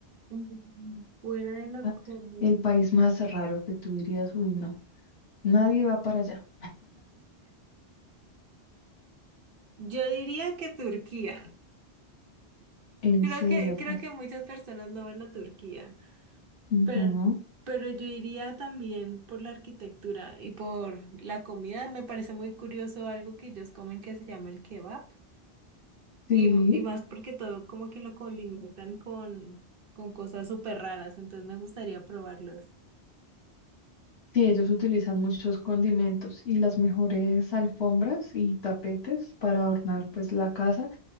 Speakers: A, on the right (about 55°); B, on the left (about 70°).
A: Mm, Fuera de lo
B: Ah,
A: común.
B: El país más raro que tú dirías, uy, no, nadie va para allá.
A: Yo diría que Turquía.
B: En
A: Creo
B: serio
A: que, creo
B: fue.
A: que muchas personas no van a Turquía,
B: Ujú.
A: pero, pero yo iría también por la arquitectura y por la comida. Me parece muy curioso algo que ellos comen que se llama el kebab.
B: Sí.
A: Y, m- y más porque todo como que lo condimentan con, con cosas súper raras, entonces me gustaría probarlos.
B: Sí, ellos utilizan muchos condimentos y las mejores alfombras y tapetes para adornar pues la casa.